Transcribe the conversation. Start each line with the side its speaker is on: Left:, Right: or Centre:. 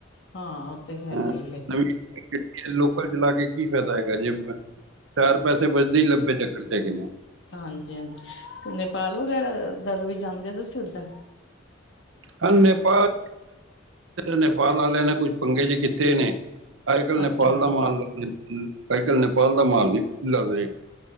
Left: ਹਾਂ ਉਹ ਤੇ
Right: ਹਾਂ,
Left: ਹੈਗਾ ਹੀ ਹੈਗਾ,
Right: ਨਵੀਂ ਲੋਕਲ ਚਲਾ ਕੇ ਕੀ ਫਾਇਦਾ ਹੈਗਾ ਜੇ ਚਾਰ ਪੈਸੇ ਵਜਦੇ ਹੀ ਲੱਬੇ ਚੱਕਰ ਚ ਹੈਗੇ ਨੇ,
Left: ਹਾਂਜੀ-ਹਾਂਜੀ ਤੇ ਨੇਪਾਲ ਵਗੈਰਾ ਦਾ ਵੀ ਜਾਂਦੇ ਹੋ ਤੁਸੀਂ ਉਧਰ
Right: ਹ ਨੇਪਾਲ ਨੇਪਾਲ ਆ ਲਿਆ ਨੇ ਕੁਛ, ਪੰਗੇ ਜੀ ਕਿੱਥੇ ਨੇ ਅੱਜ-ਕੱਲ੍ਹ ਨੇਪਾਲ
Left: ਅੱਛਾ
Right: ਦਾ ਮਾਲ ਅੱਜ-ਕੱਲ੍ਹ ਨੇਪਾਲ ਦਾ ਮਾਲ ਨੀ ਲੱਗ ਰਹੇ,